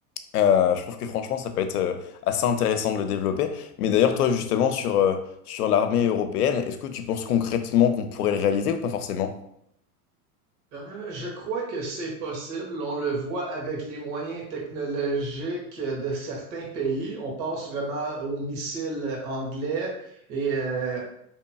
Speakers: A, on the left; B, on the right.
A: Euh, je trouve que franchement ça peut être euh, assez intéressant de le développer. Mais d'ailleurs toi justement sur, euh, sur l'armée européenne, est-ce que tu penses concrètement qu'on pourrait le réaliser ou pas forcément?
B: Euh, je crois que c'est possible. On le voit avec les moyens technologiques de certains pays. On pense vraiment aux missiles anglais et euh,